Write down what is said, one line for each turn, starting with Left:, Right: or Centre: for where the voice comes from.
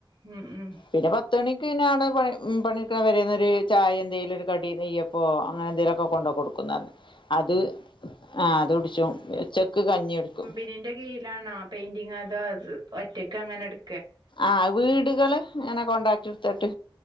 Right: ഉം ഉം
Left: പിന്നെ പത്തുമണി <unintelligible> പണി ഉം പണിക്കെ വരുന്ന ഒരു ചായ എന്തേലും ഒരു കടി നെയ്യപ്പോ അങ്ങനെ എന്തേലൊക്കെ കൊണ്ടു കൊടുക്കും <unintelligible> അത് ആഹ് അത് കുടിച്ചോ ഉച്ചക്ക് കഞ്ഞി കുടിക്കും
Right: <unintelligible> ലാണോ പെയിന്റിംഗ് അതോ അത് ഒറ്റക്കങ്ങനെ എടു
Left: ആഹ് വീടുകള് അങ്ങനെ കോണ്ടാക്ട് എടുത്തിട്ട്